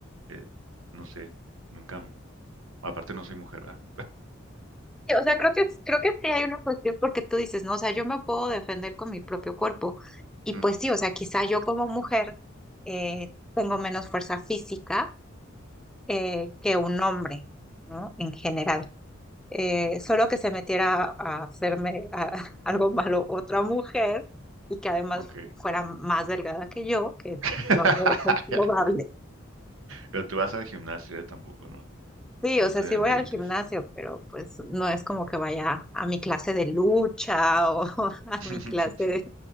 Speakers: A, on the right; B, in the centre.
A: eh, no sé, nunca, aparte no soy mujer, ¿verdad?
B: O sea, creo que, creo que sí hay una cuestión porque tú dices, no, o sea, yo me puedo defender con mi propio cuerpo. Y
A: Ujú,
B: pues sí, o sea, quizá yo como mujer eh, tengo menos fuerza física eh, que un hombre, ¿no? En general. Eh, solo que se metiera a hacerme a- <laughs> algo malo otra mujer y que además
A: ok.
B: fuera más delgada que yo, que
A: <laughs>
B: no lo veo comprobable.
A: Pero tú vas al gimnasio, eh, tampoco, no,
B: Sí,
A: no
B: o sea,
A: te
B: sí
A: demerites.
B: voy al gimnasio, pero pues no es como que vaya a mi clase de lucha o <laughs> a
A: <laughs>
B: mi clase de,